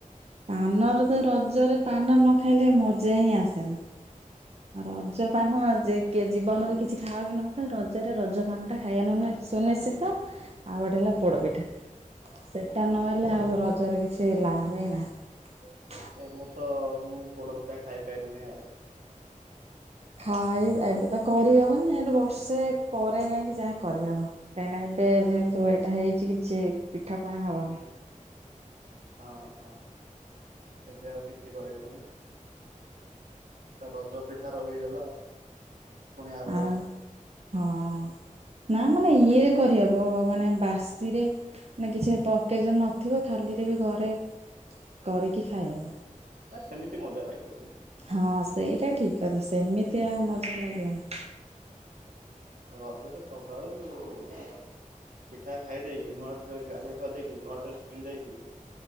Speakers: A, on the right; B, on the right.
A: ପାନର ତ ରଜରେ ପାନ ନ ଖାଇଲେ ମଜା ହିଁ ଆସେନା। ରଜପାନ ଯେ କି ଜୀବନରେ କିଛି ଖାଅ କି ନ ଖା ରଜରେ ରଜପାନ ଟା ଖାଇବା ନ ସୁନିଶ୍ଚିତ ଆଉ ଗୋଟେ ହେଲା ପୋଡପିଠା ସେଟା ନହେଲେ ଆଉ ରଜରେ କିଛି ଲାଭ ହିଁ ନାହିଁ।
B: ଏ ବର୍ଷ ମୁଁ ପୋଡପିଠା ଖାଇପାଇଲିନି ଆଉ।
A: ଖାଇ ଏବେ ତ କରିହବନି ଯୁ ବର୍ଷେ ପରେ ଯାଇକି ଯାହା କରିହବ କାହିଁକିନା ଏବେ ଯେହେତୁ ଏଇଟା ହେଇଛି କିଛି ପିଠା ପଣା ହବନି।
B: ହୁଁ ହଁ ହଁ ଏବେ ଆଉ କିଛି କରିହବନି ରଜ ପିଠା ରହିଗଲା ଆଉ। ପୁଣି ଆର ବର୍ଷ
A: ଆରାମ
B: ପାଇଁ।
A: ହଁ। ନା ମାନେ ଇଏରେ କରିହବ ମାନେ ବାସିରେ ମାନେ କିଛି ପକେଜ ନଥିବ ଖାଲିରେ ବି ଘରେ କରିକି ଖାଇହେବ
B: ନା ସେମିତି ମଜା ଲାଗିବନି।
A: ହଁ ସେଇଟା ଠିକ। ତ ସେମିତି ଆଉ ମଜା ଲାଗିବନି।
B: ରଜରେ ସକାଳୁ ପିଠା ଖାଇ ଦେଇେଇକି। ନୂଆ ଡ୍ରେ ଗାଧେଇ ପାଧେଇକି ନୂଆ ଡ୍ରେସ ପିନ୍ଧେଇକି।